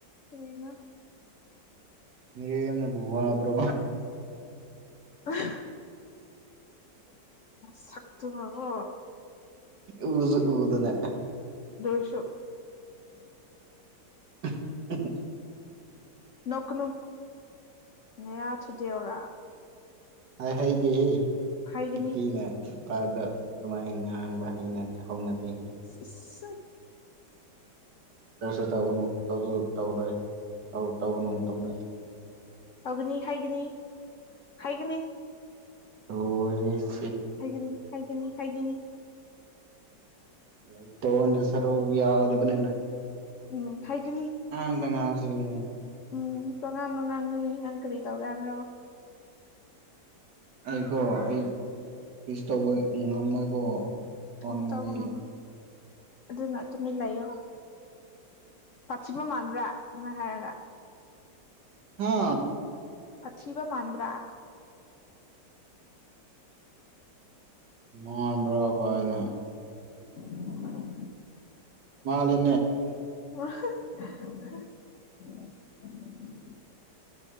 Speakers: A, on the left (about 65°); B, on the right (about 75°).
A: ꯀꯔꯤꯅꯣ
B: ꯃꯤꯔꯦꯝꯅꯕꯨ ꯋꯥꯕ꯭ꯔꯣ
A: ꯍꯥ ꯅꯁꯛꯇꯨꯀꯣ
B: ꯎꯁꯨ ꯎꯗꯅꯦ
A: ꯑꯗꯨꯏꯁꯨ
B: <unintelligible>
A: ꯅꯣꯛꯀꯅꯨ ꯅꯌꯥ ꯊꯨꯗꯦꯛꯎꯔ
B: ꯍꯥꯏ ꯍꯩꯗꯦꯍꯦ
A: ꯍꯥꯏꯒꯅꯤ
B: ꯅꯨꯄꯤꯅ ꯄꯥꯗ ꯑꯗꯨꯃꯥꯏꯅ ꯉꯥꯡꯕ ꯍꯧꯅꯗꯦ
A: ꯏꯁ
B: ꯇꯧꯁꯨ ꯇꯧꯒꯅꯨ ꯇꯧꯁꯨ ꯇꯧꯔꯣꯏ ꯇꯧꯒꯅꯨ ꯃꯇꯝꯗ
A: ꯇꯧꯒꯅꯤ ꯍꯥꯏꯒꯅꯤ ꯍꯥꯏꯒꯅꯤ
B: <unintelligible>
A: ꯍꯥꯏꯒꯅꯤ ꯍꯥꯏꯒꯅꯤ ꯍꯥꯏꯒꯅꯤ
B: ꯂꯩꯇꯣꯟꯗ ꯁꯔꯨ ꯌꯥꯎꯗꯕꯅꯤꯅ
A: ꯎꯝ ꯍꯥꯏꯒꯅꯤ
B: ꯉꯥꯡꯗ ꯉꯥꯡꯁꯤꯜꯂꯦꯅꯦ
A: ꯎꯝ ꯇꯔꯥꯃꯉꯅꯤ ꯅꯪ ꯀꯔꯤ ꯇꯧꯒꯦ ꯍꯥꯏꯕꯅꯣ
B: ꯑꯩꯀꯣ ꯑꯩ ꯀꯤꯁ ꯇꯧꯕ ꯉꯝꯃꯣꯏꯀꯣ ꯁꯥꯎꯅꯤꯡꯉꯗꯤ
A: ꯀꯤꯁ ꯇꯧꯕ ꯉꯝꯃꯣꯏ ꯑꯗꯨꯅ ꯇꯨꯃꯤꯟ ꯂꯩꯌꯣ ꯁꯊꯤꯕ ꯃꯥꯟꯕ꯭ꯔꯥ ꯑꯗꯨꯃꯥꯏ ꯍꯥꯏꯔꯒ
B: ꯍꯥ
A: ꯑꯊꯤꯕ ꯃꯥꯟꯕ꯭ꯔꯥ
B: ꯃꯥꯟꯕ꯭ꯔ ꯀꯥꯏꯅ
A: <inaudible>
B: ꯃꯥꯜꯂꯦ
A: <unintelligible>